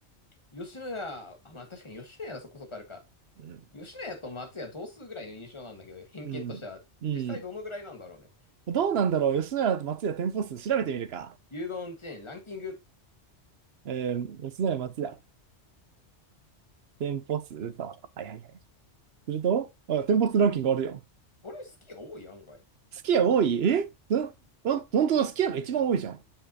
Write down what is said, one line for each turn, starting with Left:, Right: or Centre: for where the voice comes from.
Left: 吉野家、あ、まあ確かに吉野家はそこそこあるか。
Right: うん。
Left: 吉野家と松屋同数ぐらいの印象なんだけど、偏見としては、
Right: うん。うん。
Left: 実際どのぐらいなんだろうね。
Right: どうなんだろう。吉野家と松屋店舗数調べてみるか。
Left: 牛丼チェーン、ランキング。
Right: えー、吉野家松屋店舗数と。はいはいはい。すると、あ、店舗数ランキングあるよ。
Left: あれ、スき家多い案外。
Right: すき家多いえんん本当だ、すき家が一番多いじゃん。